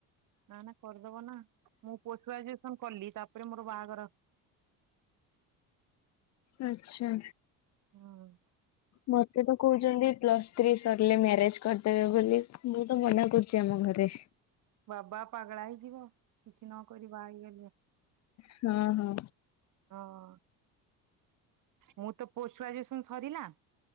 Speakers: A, on the right; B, on the left.
A: ନା ନା କରିଦବ ନା। ମୁଁ ପୋଷ୍ଟ ଗ୍ରାଜୁଏସନ୍ କଲି ତାପରେ ମୋର ବାହାଘର
B: ଆଚ୍ଛା।
A: ହୁଁ।
B: ମତେ ତ କହୁଛନ୍ତି ପ୍ଲସ୍ ଥ୍ରୀ ସରିଲେ ମ୍ୟାରେଜ କରିଦେବେ ବୋଲି। ମୁଁ ତ ମନା କରୁଛି ଆମ ଘରେ।
A: ବାବା ପାଗଳା ହେଇଯିବ କିଛି ନକରି ବାହା ହେଇଗଲେ।
B: ହଁ ହଁ।
A: ହଁ ମୁଁ ତ ପୋଷ୍ଟ ଗ୍ରାଜୁଏସନ୍ ସରିଲା।